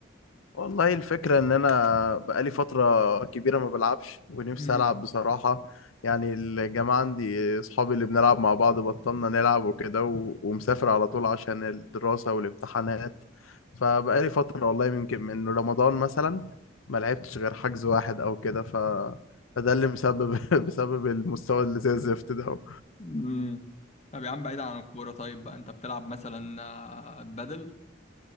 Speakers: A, on the left; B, on the left.
A: والله الفكرة إن أنا بقالي فترة كبيرة ما بلعبش ونفسي
B: امم
A: ألعب بصراحة يعني الجماعة عندي أصحابي اللي بنلعب مع بعض بطلنا نلعب وكده و- ومسافر على طول عشان الدراسة والامتحانات فبقالي فترة والله يمكن من رمضان مثلا ما لعبتش غير حجز واحد أو كده ف... فده اللي مسبب <laughs> بسبب المستوى اللي زي الزفت ده
B: مم. طب يا عم بعيد عن الكورة طيب بقى انت بتلعب مثلا آه، بدل